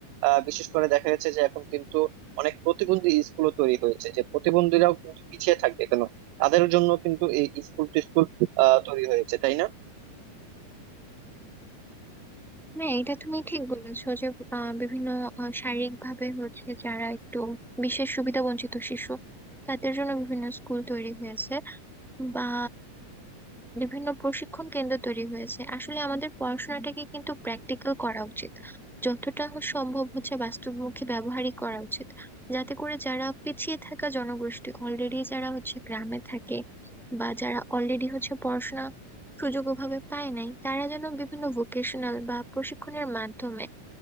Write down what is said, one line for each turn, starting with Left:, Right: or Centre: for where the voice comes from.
Right: আহ, বিশেষ করে দেখা যাচ্ছে যে এখন কিন্তু অনেক প্রতিবন্ধী স্কুলও তৈরি হয়েছে যে প্রতিবন্ধীরাও কিন্তু পিছিয়ে থাকবে কেন তাদের জন্য কিন্তু এই স্কুল টিস্কুল আহ তৈরি হয়েছে তাই না
Centre: হ্যাঁ এটা তুমি ঠিক বলেছো যে আহ, বিভিন্ন শারীরিক ভাবে হচ্ছে যারা একটু বিশেষ সুবিধা বঞ্চিত শিশু তাদের জন্য বিভিন্ন স্কুল তৈরি হয়েছে বা বিভিন্ন প্রশিক্ষণ কেন্দ্র তৈরি হয়েছে আসলে আমাদের পড়াশোনাটাকে কিন্তু প্র্যাকটিক্যাল করা উচিত যতটা হ- সম্ভব হচ্ছে বাস্তবমুখী ব্যবহারই করা উচিত যাতে করে যারা পিছিয়ে থাকা জনগোষ্ঠী অলরেডি যারা হচ্ছে গ্রামে থাকে বা যারা অলরেডি হচ্ছে পড়াশোনা সুযোগ ওভাবে পায় নাই তারা যেন বিভিন্ন ভোকেশনাল বা প্রশিক্ষণের মাধ্যমে